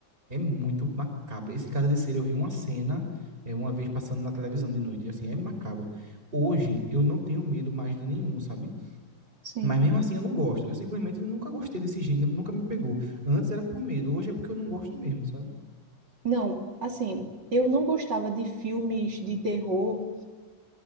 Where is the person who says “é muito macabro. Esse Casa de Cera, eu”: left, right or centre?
Right